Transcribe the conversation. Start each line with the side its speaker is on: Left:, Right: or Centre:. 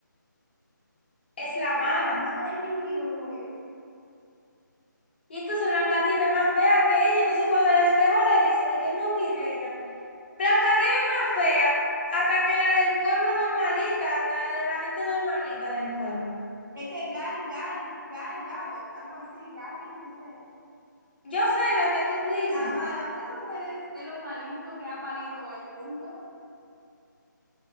Left: es la
Right: Ay,
Left: mala.
Right: madre mía, el mijito que cogieron.
Left: Y entonces Blancanieves es más fea que ella. Entonces, cuando el espejo le dice, de que no, mi reina, Blancanieves es más fea hasta que la del pueblo normalita, hasta de la gente normalita del pueblo.
Right: Es que Gal, Gal, Gal Gadot, algo así, Gal que yo qué sé.
Left: Yo sé la que tú dices.
Right: La mala, pero esa mujer es, es lo más lindo que ha parido el mundo.